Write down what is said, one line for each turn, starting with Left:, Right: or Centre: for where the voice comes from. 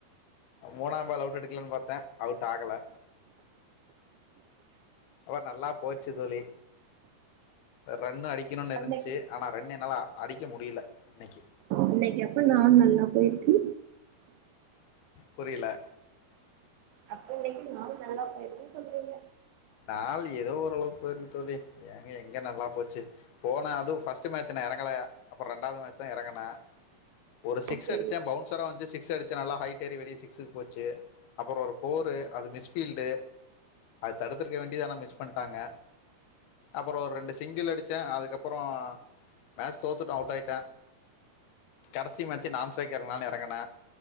Left: மூணாம் பாலு அவுட் எடுக்கலான் பாத்தே அவுட் ஆகல ஓ நல்லா போச்சு தோழி ரன் அடிக்கணுன் இருந்துச்சு
Right: இன்னைக்கு
Left: ஆனா ரன் என்னாலா அடிக்க முடியல இன்னைக்கு
Right: இன்னைக்கு அப்ப நாள் நல்லா பொயிருக்கு
Left: புரில
Right: அப்ப <unintelligible> நல்லா போயிருச்சு சொல்றீங்க
Left: நாள் ஏதோ ஓரளவுக்கு போயிருக்கு தோழி ஏங்க எங்க நல்லா போச்சி போனா அது ஃபஸ்ட்டு மேச்சு நா எறங்கல அப்பறோ ரெண்டாவ்து மேச் தா எறங்குன ஒரு சிக்ஸ்
Right: ஓகே
Left: அடிச்ச பவுன்சரா வன்ச்சு சிக்ஸ் அடிச்ச நல்லா ஹைட் ஏறி வெளிய சிக்ஸுக்கு போச்சு அப்பறோ ஒரு ஃபோரு அது மிஸ் ஃபீல்டு தடுத்தருக்க வேண்டியத் ஆனா மிஸ் பண்ட்டாங்க அப்பறோ ஒரு ரெண்டு சிங்கிள் அடிச்சே அதுக்கப்பறோ மேச் தோத்துட்டோ அவுட் ஆய்ட்ட கடசி மேச்சு நான் ஸ்ட்ரைக்கர்னால எறங்குன